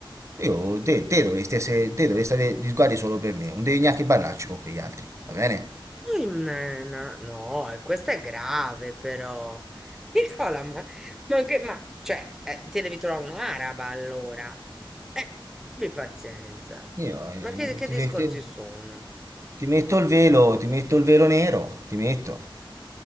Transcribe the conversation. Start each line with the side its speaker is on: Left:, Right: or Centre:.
Right: io, te, te dovresti essere, te dovresti avere gli sguardi solo per me, non devi neanche parlarci con quegli altri, va bene?
Centre: Noi mena. No, no, e questa è grave però. Nicola, ma, ma che, ma, cioè, eh, ti devi trovare un'araba allora. Eh, abbi pazienza.
Right: Io eh,
Centre: Ma che, che
Right: ti,
Centre: discorsi
Right: ti- ti-
Centre: sono?
Right: ti metto il velo, ti metto il velo nero, ti metto,